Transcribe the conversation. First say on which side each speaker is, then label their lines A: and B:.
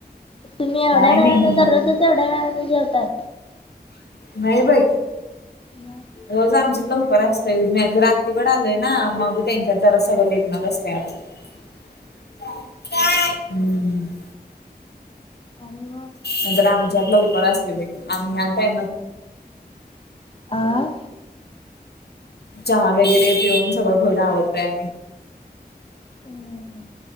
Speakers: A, on the left; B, on the left.
A: तुम्ही एवढ्या
B: काय
A: वेळाानने
B: नाही
A: दररोजच एवढ्या वेळाानने जेवताय
B: नाही बाई
A: ब
B: रोज आमच्यात ल उकर असतोय म रात्रीकडे आलोय ना मग त्यांच्यात जरा सगळं लेटणार असते
A: ह
B: हम्म.
A: आणि म..
B: नंतर आमच्यात लावकर असते बाई आम्ही आता आहेन
A: आं.
B: चहा वगैरे पिऊन सगळ घर आवरतोय.
A: हम्म.